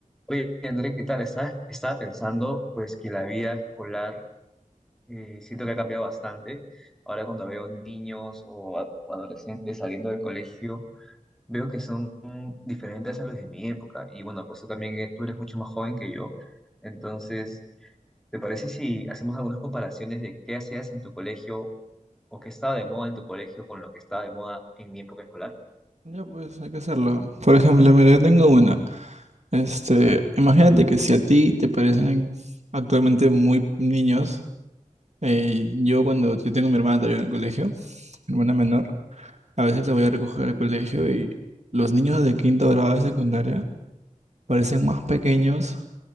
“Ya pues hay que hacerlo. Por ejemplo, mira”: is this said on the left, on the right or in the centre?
Right